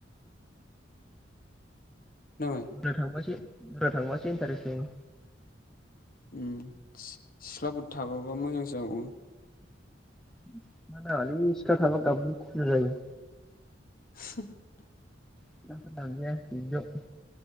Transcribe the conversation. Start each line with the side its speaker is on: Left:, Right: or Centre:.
Left: खोनाबाय
Centre: दा थांफासे बुरजा थांबासो इन्टारेस्ट जायो।
Left: उम सि सिख्लाफोर थाफाफा मोजांसो जाबावो।
Centre: सिख्ला नाङालै सिख्ला थाबा गाबगु खुगु जायो।
Left: <unintelligible>
Centre: सिख्लाफोर लांजाया बिदियाव